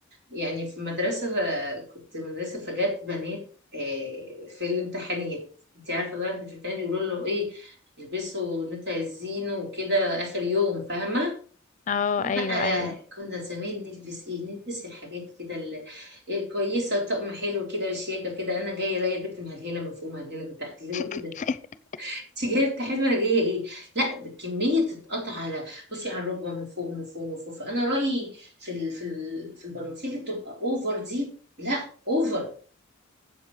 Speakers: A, on the right (about 55°); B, on the left (about 40°).
A: يعني في مدرسه آه، كنت مدرسه فجات بنات آه، في الامتحانات انت عارفه بقى في الامتحانات بيقولوا له ايه يلبسوا ان انتوا عايزينه وكده اخر يوم فاهمه
B: اه
A: احنا
B: ايوه
A: بقى
B: ايوه
A: كنا زمان نلبس ايه نلبس الحاجات كده ال- إيه، كويسه طقم حلو كده وشياكه كده انا جايه الاقي بنت مهلهله من فوق مهلهله من تحت اللي هو ايه
B: <laughs>
A: ده انت جايب كحيل مرجية ايه لا كمية تتقطع على بصي على الركبة من فوق من فوق من فوق فانا رأيي في ال... في ال... في البناطيل اللي بتبقى اوفر دي لا اوفر